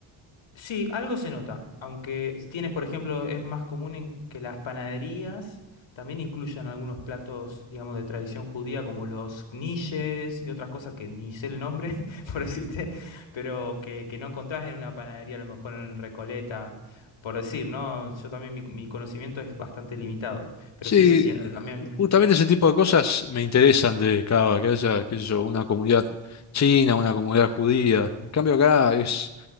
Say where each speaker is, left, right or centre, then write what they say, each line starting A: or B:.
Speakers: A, on the left; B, on the left.
A: Sí, algo se nota, aunque tienes, por ejemplo, es más común en que las panaderías también incluyan algunos platos, digamos, de tradición judía, como los knishes y otras cosas que ni sé el nombre, <laughs> por decirte, pero que, que no encontrás en una panadería, a lo mejor en Recoleta, por decir, ¿no? Yo también mi, mi conocimiento es bastante limitado, pero
B: Sí,
A: sí se siente, también
B: justamente ese tipo de cosas me interesan de Cava, que haya, qué sé yo, una comunidad china, una comunidad judía. En cambio acá es,